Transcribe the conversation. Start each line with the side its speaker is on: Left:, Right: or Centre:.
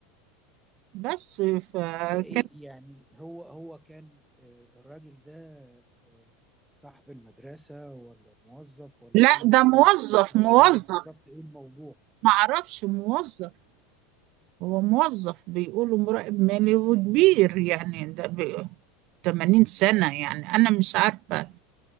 Right: بس فكان
Centre: ده ايه يعني هو هو كان آه الراجل ده آه صاحب المدرسة ولا موظف ولا
Right: لا
Centre: ايه موضوع
Right: ده موظف
Centre: بالظبط أنا
Right: موظف
Centre: مش عارف بالظبط ايه الموضوع
Right: معرفش موظف هو موظف بيقولوا مراقب مالي وكبير يعني ده بي- 80 سنة يعني أنا مش عارفة